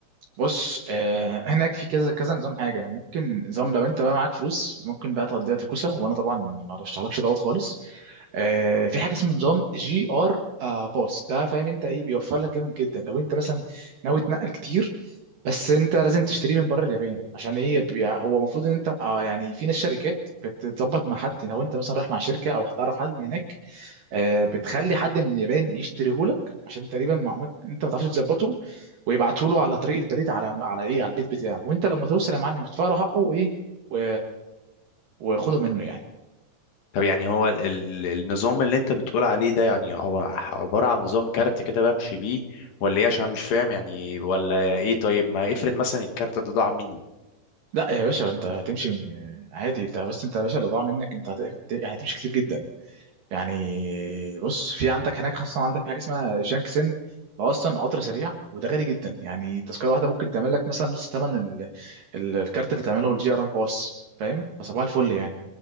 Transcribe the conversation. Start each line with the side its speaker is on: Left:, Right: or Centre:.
Right: بص آه هناك في كذا كذا نظام حاجه ممكن نظام لو انت بقى معاك فلوس ممكن بقى تقضيها تكوسه وانا طبعا ما رشحلكش دوت خالص آه في حاجه اسمه نظام جي ار آه، باس ده فاهم انت ايه بيوفر لك جامد جدا لو انت مثلا ناوي تنقل كتير بس انت لازم تشتريه من بره اليابان عشان ايه بي- هو المفروض ان انت آه يعني في ناس شركات بتظبط مع حد لو انت مثلا رايح مع شركه او هتعرف حد من هناك آه، بتخلي حد من اليابان يشتريهولك عشان تقريبا معلومات انت ما تعرفش تظبطه ويبعته له على طريق البريد على على ايه على البيت بتاعه وانت لما توصل يا معلم تدفع له حقه وايه و... وخده منه يعني
Left: طب يعني هو ال- ال- النظام اللي انت بتقول عليه ده يعني هو عبارة عن نظام كارت كده بمشي بيه ولا ايه عشان مش فاهم يعني ولا ايه طيب ما افرض مثلا الكارت ده ضاع مني
Right: لا يا باشا انت هتمشي من عادي انت بس انت يا باشا اللي ضاع منك انت هت... هت- يعني هتمشي كتير جدا يعني بص في عندك هناك خاصة عندك حاجة اسمها شانكسن ده اصلا قطر سريع وده غالي جدا يعني تذكرة واحدة ممكن تعمل لك مثلا نص ثمن ال... ال- الكارت اللي تعمله الجي ار باص فاهم فصباح الفل يعني